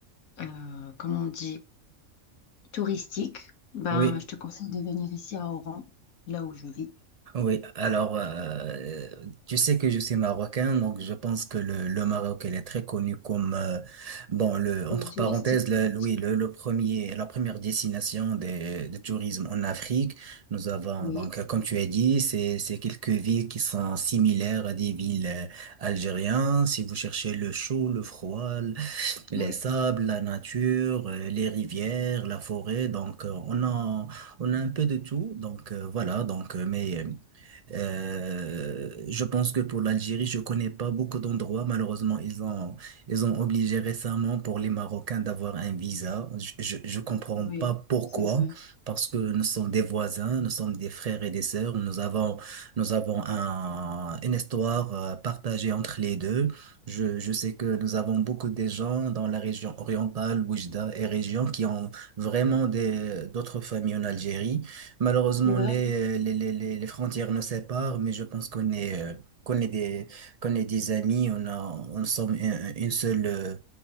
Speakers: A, on the left; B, on the right.
A: euh, comment on dit, touristiques, ben,
B: Oui.
A: je te conseille de venir ici à Oran, là où je vis.
B: Oui, alors euh, tu sais que je suis marocain, donc je pense que le, le Maroc il est très connu comme euh, bon le
A: Il
B: entre
A: est touristique.
B: parenthèses le, le- oui le, le premier la première destination de de, tourisme en Afrique. Nous avons
A: Oui,
B: donc euh, comme tu as dit c'est c'est quelques villes qui sont similaires à des villes euh, algériennes. Si vous cherchez le chaud, le froid, l- les
A: oui,
B: sables, la nature, euh, les rivières, la forêt, donc euh, on a on a un peu de tout. Donc euh, voilà donc euh, mais euh, euh, je pense que pour l'Algérie, je connais pas beaucoup d'endroits. Malheureusement, ils ont, ils ont obligé récemment pour les Marocains d'avoir un visa. Je, je, je comprends
A: oui,
B: pas pourquoi,
A: c'est vrai.
B: parce que nous sommes des voisins, nous sommes des frères et des sœurs. Nous avons, nous avons un, une histoire euh, partagée entre les deux. Je, je sais que nous avons beaucoup de gens dans la région orientale, Oujda et région qui ont vraiment des, d'autres familles en Algérie. Malheureusement,
A: C'est vrai.
B: les, les, les, les les frontières nous séparent, mais je pense qu'on est, euh, qu'on est des, qu'on est des amis, on a, on sommes une, une seule, euh,